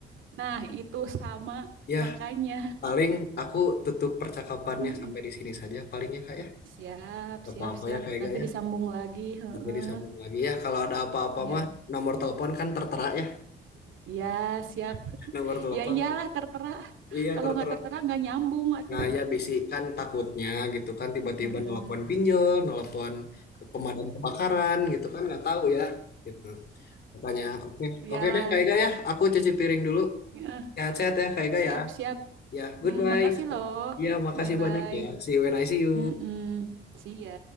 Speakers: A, on the right; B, on the left.
A: Nah, itu sama
B: Ya,
A: makanya.
B: paling aku tutup percakapannya
A: Heeh.
B: sampai di sini saja palingnya Kak ya.
A: Siap,
B: Gak
A: siap,
B: apa-apa
A: siap.
B: ya kayak
A: Nanti
B: gak ya.
A: disambung lagi. Heeh.
B: Nanti disambung lagi ya. Kalau ada apa-apa
A: Ya,
B: mah nomor telepon kan tertera ya.
A: ya, siap.
B: <laughs>
A: <laughs>
B: Nomor telepon.
A: Ya iyalah tertera.
B: Iya,
A: Kalau
B: tertera.
A: nggak tertera nggak nyambung atuh.
B: Nah, ya bisikan takutnya gitu kan tiba-tiba
A: Heeh.
B: nelpon pinjol, nelpon ke pemadam kebakaran gitu kan nggak tahu ya gitu. Makanya oke
A: Ya,
B: oke deh Kak Ega ya, aku cuci piring dulu.
A: heeh.
B: Sehat-sehat ya Kak Ega
A: Siap,
B: ya.
A: siap.
B: Ya, goodbye.
A: Mm, makasih loh.
B: ya makasih
A: Bye-bye.
B: banyak ya. See you when I see you.
A: Mm-mm. See ya